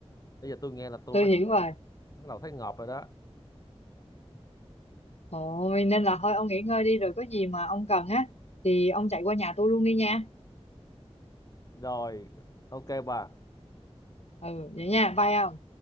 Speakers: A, on the left (about 35°); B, on the left (about 75°).
A: bây giờ tôi nghe là tôi
B: tôi
A: bắt
B: hiểu
A: đầu,
B: rồi
A: bắt đầu thấy ngợp rồi đó.
B: Thôi nên là thôi ông nghỉ ngơi đi rồi có gì mà ông cần á thì ông chạy qua nhà tôi luôn đi nha.
A: Rồi, ok bà.
B: Ừ vậy nha, bye ông.